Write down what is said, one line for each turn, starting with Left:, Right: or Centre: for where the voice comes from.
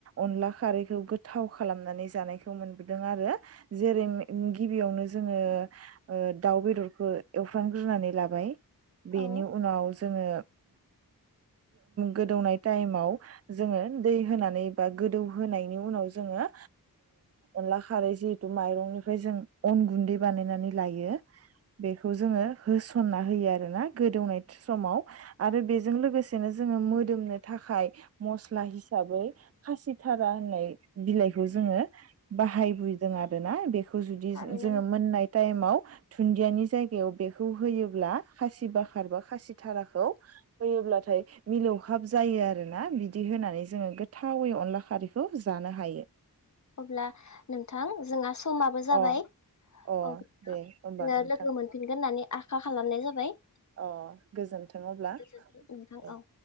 Right: अनला खारैखौ गोथ थाव खालामनानै जानायखौ मोनबोदों आरो जेरै गिबियावनो जोङो ओ दाउ बेदरखौ एवफ्रानग्रोनानै लाबाय बेनि
Left: औ
Right: उनाव जोंङो गोदौनाय टाइमाव जोङो दै होनानै बा गोदौ होनायनि उनाव जोङो अनला खारै जिहेथु माइरंनिफ्राय जों अन गुन्दै बानायनानै लायो बेखौ जोङो होसनना होयो आरोना गोदौनाय समाव आरो बेजों लोगोसेनो जोङो मोदोमनो थाखाय मस्ला हिसाबै खासिथारा होननाय बिलाइखौ जोङो बाहायबोदों आरो ना बे खौ जुदि
Left: थारैनो
Right: जोङो
Left: नों
Right: मोननाय टाइमाव दुन्दियानि जायगायाव बेखौ होयोब्ला खासि बाखार बा खासि थाराखौ होयोब्लाथाय मिलौहाब जायो आरोना बिदि होनानै जोङो गोथावै अनला खारैखौ जानो हायो
Left: अब्ला नोंथां जोंहा समाबो जाबाय
Right: अ अ
Left: अब्ला
Right: दे
Left: जोङो
Right: होमबा नोंथां
Left: लोगो मोनफिनगोन होननानै आखा खालामनाय जाबाय
Right: अ गोजोन्थों अब्ला
Left: गोजोनथों नोंथां
Right: दे
Left: औ